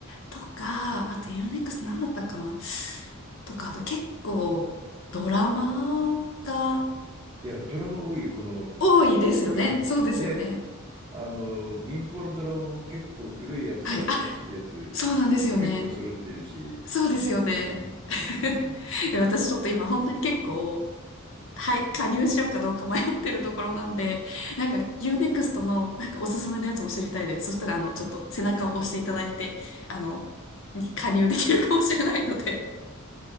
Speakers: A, on the left; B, on the right.
A: とか、あと u ネクストなんだったかなとか、あと結構ドラマが
B: いや、ドラマ多いよ、この
A: 多いですよね。
B: UNEXT。
A: そうですよね。
B: で、あの、民放のドラマも結構古いやつから新しいやつ、
A: はい。あ、そうなんですよね。
B: 結構揃ってるし、
A: そうですよね。
B: うんうんうん
A: <laughs> いや私ちょっと今本当に結構はい、加入しようかどうか迷ってるところなんで、<laughs> なんか UNEXT のなんかおすすめのやつも知りたいです。そしたら、あの、ちょっと背中を押していただいて、あの、に加入できるかもしれないので。